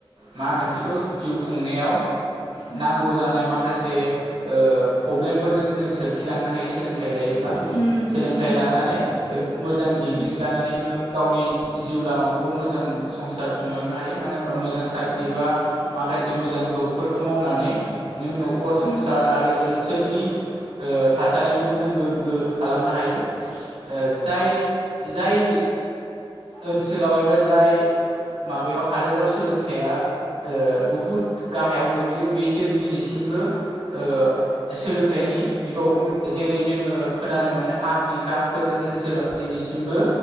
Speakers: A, on the right (about 80°); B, on the left (about 65°).
A: मा होनो बिदिखौ जिउ खुंनायाव
B: ओं
A: नांगौ जानाय मा खासे ओ प्रब्लेमफोरजों जों सोरखिलांनो हायो सोलोंथाइ लायो ब्ला
B: उम
A: सोलोंथाइ
B: नंगौ
A: लानानै मोजां डिग्रि
B: उम
A: लानानै नोङो गावनि जिउ लामाखौबो मोजां संसार खुंलांनो
B: उम
A: हायो। मानो होनबा मोजां साख्रि बा माखासे मोजां जबफोरखौ मावनानै नों न'खर
B: उम
A: संसार आरो ओनसोलनि ओ थासारिखौबो नों गोग्गो खालामनो हायो। ओ
B: उम
A: जाय जाय ओनसोलाव एबा जाय माबायाव हादोराव सोलोंथाया ओ बुहुद गाहायाव गोग्लैयो बिसोर दिनैसिमबो ओ सोलोंथाइनि बिफावखौ मि जेरै जोङो खोनानो मोनो आफ्रिकाफोर ओनसोलाव दिनैसि मबो